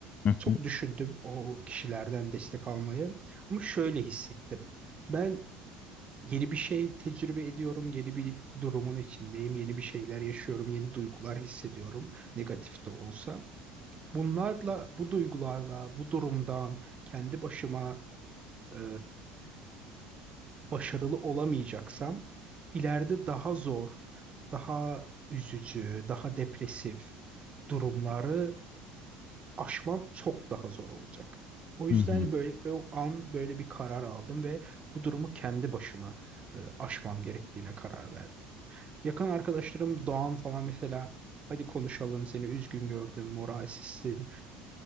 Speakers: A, on the left; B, on the right.
A: Hı
B: Çok
A: hı,
B: düşündüm o kişilerden destek almayı. Ama şöyle hissettim. Ben yeni bir şey tecrübe ediyorum. Yeni bir durumun içindeyim. Yeni bir şeyler yaşıyorum. Yeni duygular hissediyorum. Negatif de olsa. Bunlarla, bu duygularla, bu durumdan kendi başıma e, başarılı olamayacaksam ileride daha zor, daha üzücü, daha depresif durumları aşmam çok daha zor olacak. O yüzden
A: hı hı.
B: böyle o an böyle bir karar aldım ve bu durumu kendi başıma e, aşmam gerektiğine karar verdim. Yakın arkadaşlarım Doğan falan mesela hadi konuşalım seni üzgün gördüm, moralsizsin.